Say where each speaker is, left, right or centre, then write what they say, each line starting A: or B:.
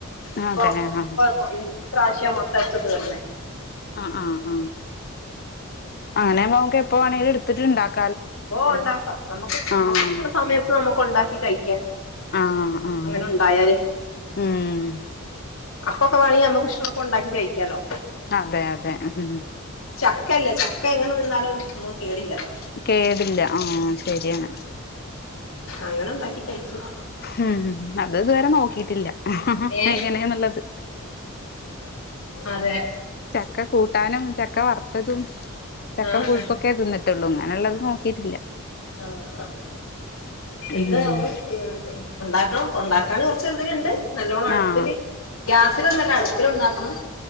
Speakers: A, on the left; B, on the left.
A: ഇപ്പോ
B: അതെ ആഹ് ആഹ്
A: ഇപ്പോ കൊ ഇ പ്രാവശ്യ മൊത്തെടുത്ത് തീർന്നെ.
B: ആഹ് ആഹ് ആഹ്. അങ്ങനെ പോമക്ക് എപ്പോ വേണെലും എടുത്തിട്ട് ണ്ടാ -
A: ബോണ്ടാക്കാം. നമ്മക്ക്
B: ആഹ്
A: നമ്മക്ക് ഷ്ടള്ള സമയത്ത് നമ്മക്ക് ണ്ടാക്കി കഴിക്കാം.
B: ആഹ് ആഹ്
A: അങ്ങനെ ണ്ടായാല്.
B: ഉം
A: അപ്പോക്കെ വേണെങ്കി നമ്മക്ക് ഇഷ്ട്ടോള്ളപ്പോ ഒണ്ടാക്കി കഴിക്കാലോ.
B: അതെഅതെ ഉം ഉം
A: ചക്കല്ലേ ചക്ക എങ്ങനെ തിന്നാലും മ്മുക്ക് കേടില്ല -
B: കേടില്ല. ആഹ് ശരിയാണ്.
A: അങ്ങനെ ഒണ്ടാക്കി കഴിക്കും.
B: ഉം ഉം അത് ഇതുവരെ നോക്കിട്ടില്ല.
A: ഏ
B: എങ്ങനെന്ന്ള്ളത്.
A: അതെ.
B: ചക്ക കൂട്ടാനും ചക്ക വർത്തതും ചക്ക
A: ആഹ്
B: പുഴുക്കൊക്കെതിന്നിട്ട് ട്ടോള്ളു. അങ്ങനെള്ളത് നോക്കിയിട്ടില്ല.
A: ആഹ് ആഹ്.
B: ഉം
A: ഇത് അവള് ഹെഹ് ഒണ്ടാക്കണെ കൊണ്ടാക്കാൻ കൊറച്ച്തിലിണ്ട്. നല്ലോണം അടുപ്പില്
B: ആഹ്
A: ഗ്യാസിലൊന്നല്ലാ. അടുപ്പില് ഒണ്ടാക്കണം.